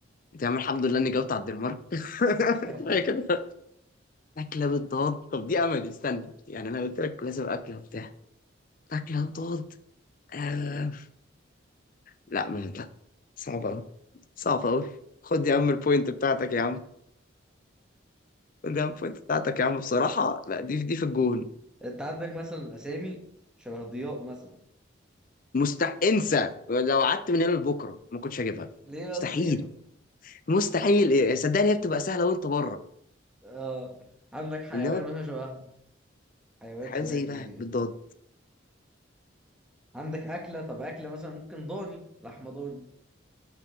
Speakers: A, on the left; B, in the centre.
A: يا عم الحمد لله اني جاوبت على الدنمارك <laughs>
B: <laughs>
A: كفايه كده اكله بالضاد طب دي املي استنى يعني انا قلت لك لازم اكله وبتاع اكله بالضاد آه. لا ما لا صعب أوي صعب أوي خد يا عم البوينت بتاعتك يا عم خد يا عم البوينت بتاعتك يا عم بصراحة لا دي دي في الجون
B: انت عندك مثلا أسامي شبه ضياء مثلا
A: مستح انسى لو قعدت من هنا لبكرة ما كنتش هجيبها
B: ليه
A: مستحيل
B: بس كده
A: مستحيل إيه، صدقني هي بتبقى سهلة وأنت بره
B: اه عندك حيوان
A: إنما
B: مثلا شبه حيوان
A: حاجات
B: شبه
A: زي إيه
B: ايه
A: بقى بالضاد
B: عندك أكلة طب أكلة مثلا ممكن ضاني لحمة ضاني